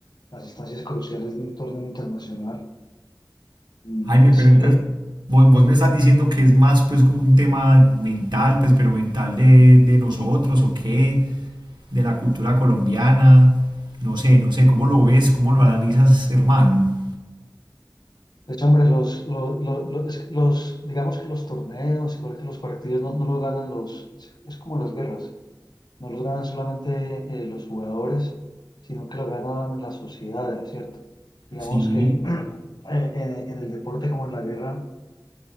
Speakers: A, on the left; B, on the right.
A: las instancias cruciales de un torneo internacional. Y
B: Jaime,
A: pues
B: pero entonces
A: <clears throat>
B: vos, vos me estás diciendo que es más pues como un tema mental, pues pero mental de, de nosotros o qué, de la cultura colombiana, no sé, no sé, ¿cómo lo ves? ¿Cómo lo analizas, hermano?
A: Pues hombre, los, los, los, los- los- digamos que los torneos, igual que los partidos, no, no los ganan los, es como las guerras, no los ganan solamente eh, los jugadores, sino que lo ganan las sociedades, ¿cierto? Digamos
B: Sí.
A: que <clears throat> eh, en, en el deporte como en la guerra,